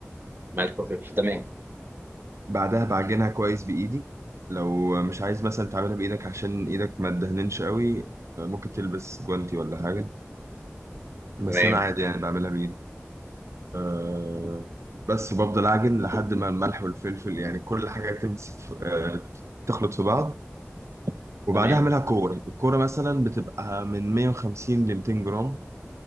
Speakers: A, on the right; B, on the right.
A: ملح وفلفل تمام
B: بعدها بعجنها كويس بايدي لو مش عايز مثلا تعملها بايدك عشان ايدك ما تدهننش قوي آه، ممكن تلبس جوانتي ولا حاجه بس
A: تمام
B: انا عادي يعني بعملها بايدي أه بس وبفضل اعجن لحد ما الملح والفلفل يعني كل حاجه تمسك في أه تخلط في بعض وبعدها
A: تمام
B: اعملها كوره الكوره مثلا بتبقى من 150 ل 200 جرام